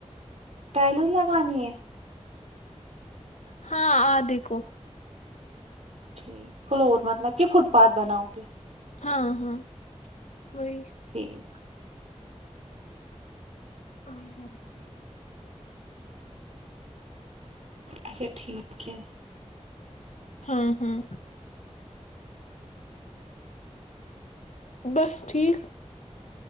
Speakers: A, on the right (about 70°); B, on the left (about 75°).
A: ٹائلز لگانی ہے
B: ہاں آ دیکھو
A: ٹھیک فلور مطلب کہ فٹ پاتھ بناؤ گے
B: ہاں ہاں وہئی
A: ٹھیک
B: بڑھیک
A: اچھا ٹھیک ہے
B: ہاں ہاں بس ٹھیک